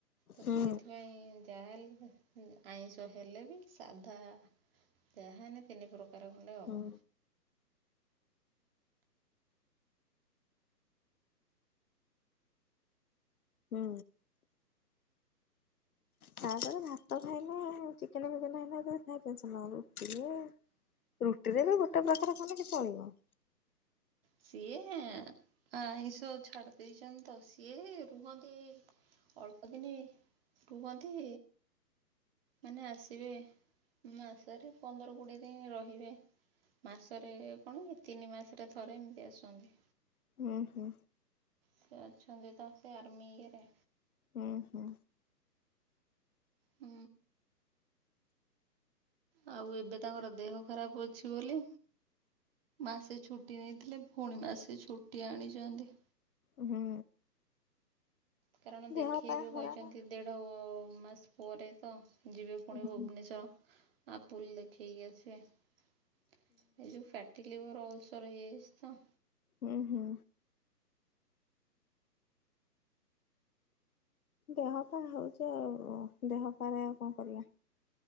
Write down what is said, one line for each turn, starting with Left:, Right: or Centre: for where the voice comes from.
Right: ତ
Left: ହୁଁ
Right: ସେଇଥିପାଇଁ ଯାହାହେଲେ ଆଇଁଷ ହେଲେ ବି ସାଧା ଯାହାହେଲେ ତିନି ପ୍ରକା କାର ଖଣ୍ଡେ ହେବ।
Left: ହୁଁ। ହୁଁ। ତାପରେ ଭାତ ଖାଇଲେ ଚିକେନ ଫିକେନ ହେଲେ ଭାରି ଟେନସନ୍ ରୁଟିରେ ରୁଟିରେ ବି ଗୋଟେ ପ୍ରକାର କଲେ ଚଳିବ।
Right: ସିଏ। ଆଇଁଷ ଛାଡି ଦେଇଛନ୍ତି ତ, ସିଏ ରୁହନ୍ତି ଅଳ୍ପ ଦିନି, ରୁହନ୍ତି। ମାନେ ଆସିବେ, ମାସରେ ପନ୍ଦର କୋଡ଼ିଏ ଦିନି ରହିବେ। ମାସରେ କଣ, ତିନି ମାସରେ ଥରେ ଏମିତି ଆସନ୍ତି।
Left: ଉଁ ହୁଁ।
Right: ସେ ଅଛନ୍ତି ତ ସେ ଆର୍ମି ଇଏ ରେ।
Left: ଉଁ ହୁଁ।
Right: ହୁଁ। ଆଉ ଏବେ ତାଙ୍କର ଦେହ ଖରାପ ଅଛି ବୋଲି, ମାସେ ଛୁଟି ନେଇଥିଲେ। ଫୁଣି ମାସେ ଛୁଟି ଆଣିଚନ୍ତି।
Left: ଉଁ ହୁଁ।
Right: କାରଣ ଦେଖେଇବେ
Left: ଦେହ ପା ଖରାପ
Right: କହିଚନ୍ତି ଦେଢ଼ ମାସ ପରେ ତ। ଯିବେ ଫୁଣି
Left: ହୁଁ
Right: ଭୁବନେଶ୍ଵର, ଆପୁଲ୍ ଦେଖେଇକି ଆସିବେ। ଏ ଯୋଉ ଫ୍ୟାଟି ଲିଭର୍ ଅଲସର ହେଇଯାଇଚି ତ।
Left: ହୁଁ ହୁଁ। ଦେହ କଣ ହୋଉଚି ଆଉ। ଦେହପାରେ ଆଉ କଣ କରିବା?